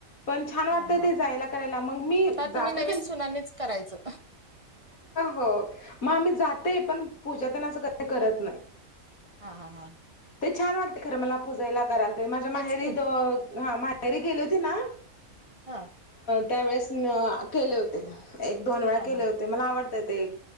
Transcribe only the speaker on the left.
पण छान वाटतं
ते जायला करायला मग मी
जात
हो मग आम्ही जाते पण पूजा तेन असं कधी करत नाहीत
ते छान वाटते खरं मला पुूजाला करायल ते माझ्या
माहेरी
माहेरी गेले होते ना
त्यावेेळेस केले होते एक दोन वेळा
केले
होते मला आवडतं ते